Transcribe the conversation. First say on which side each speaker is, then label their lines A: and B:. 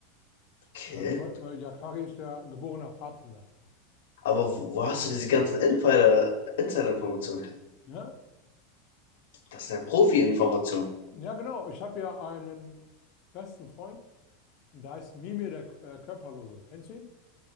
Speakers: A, on the left (about 75°); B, on the left (about 45°).
A: Okay.
B: Weil du, weil Yakari ist ja geborener Pfadfinder.
A: Aber wo, wo hast du diese ganzen Insider, Insider-Informationen her?
B: Ja,
A: Das sind ja Profi-Informationen.
B: ja genau. Ich habe ja einen besten Freund, der heißt Mimir, der äh, Körperlose. Kennst du ihn?